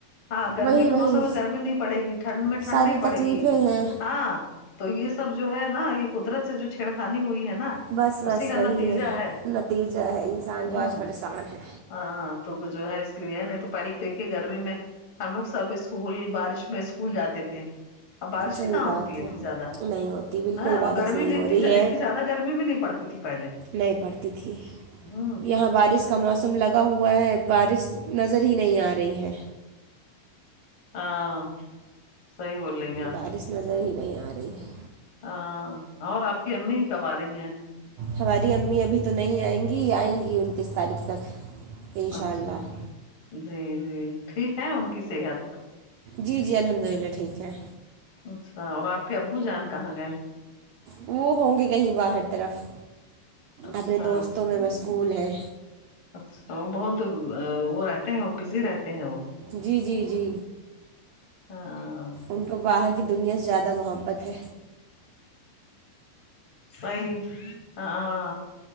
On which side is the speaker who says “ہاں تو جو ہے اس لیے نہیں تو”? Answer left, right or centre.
Left